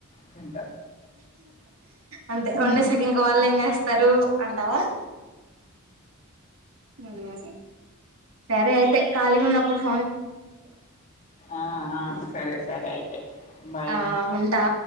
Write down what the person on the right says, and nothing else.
అంతే
ఒండేసాకి ఇంకా వళ్ళం జాస్తతి స్తారు అంటావా మ్మ్ సరే అయితే కాలి గా ఉన్నపుడు
ఆ ఉంటా